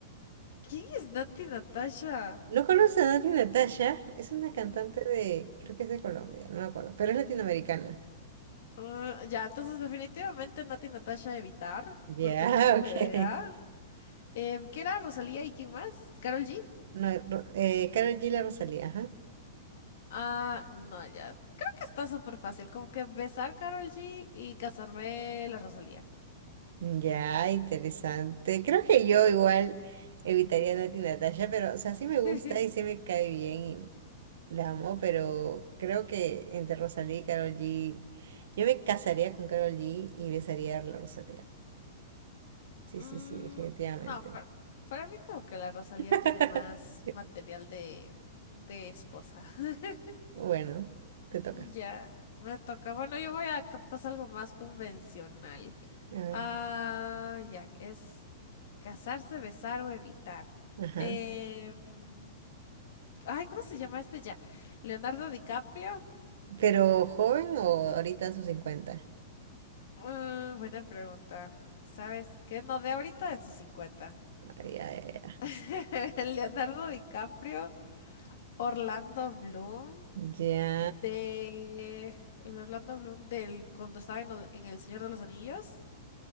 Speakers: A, on the left (about 65°); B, on the right (about 75°).
A: ¿Quién es Nati Natasha?
B: ¿No conoces a Nati Natasha? Es una
A: Mm,
B: cantante de, creo que es de Colombia, no me acuerdo, pero es latinoamericana.
A: ah, ya, entonces definitivamente Nati Natasha evitar,
B: Ya,
A: porque no tengo
B: <laughs>
A: idea.
B: ok.
A: Em, ¿qué era Rosalía y quién más? ¿Carol G?
B: No, Ro- eh, Karol G, la Rosalía, ajá.
A: Ah, no, ya. Creo que está súper fácil, como que besar Carol G y casarme la Rosalía.
B: Ya, interesante. Creo que yo igual evitaría a Nati Natasha, pero, o sea, sí
A: <laughs>
B: me gusta y sí me cae bien y la amo, pero creo que entre Rosalía y Karol G, yo me casaría con Karol G y besaría a la Rosalía. Sí,
A: Mm,
B: sí, sí, definitivamente.
A: no, para, para mí como que la Rosalía
B: <laughs>
A: tiene más material de, de esposa. <laughs>
B: Bueno, te toca.
A: Ya, me toca. Bueno, yo voy a capaz algo más convencional.
B: A ver.
A: Ah, ya, es casarse, besar o evitar.
B: Ajá.
A: Em, ay, ¿cómo se llama este ya? ¿Leonardo DiCaprio?
B: ¿Pero joven o ahorita a sus 50?
A: Mm, buena pregunta. ¿Sabes qué? No, de ahorita de sus cincuenta
B: Ay, ay, ay,
A: <laughs> Leonardo DiCaprio, Orlando Bloom.
B: Ya,
A: de el Orlando Bloom del cuando estaba en, lo- en El Señor de los Anillos